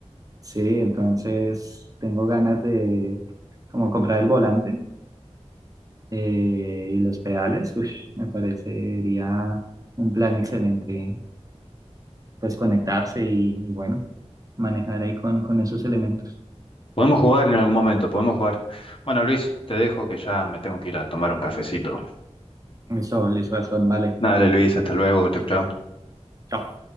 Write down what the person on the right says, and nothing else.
Sí, entonces tengo ganas de como comprar el volante eh, y los pedales, ush, me parecería un plan excelente, pues conectarse y, y bueno, manejar ahí con, con esos elementos.
Eso, listo, Gastón, vale.
Chao.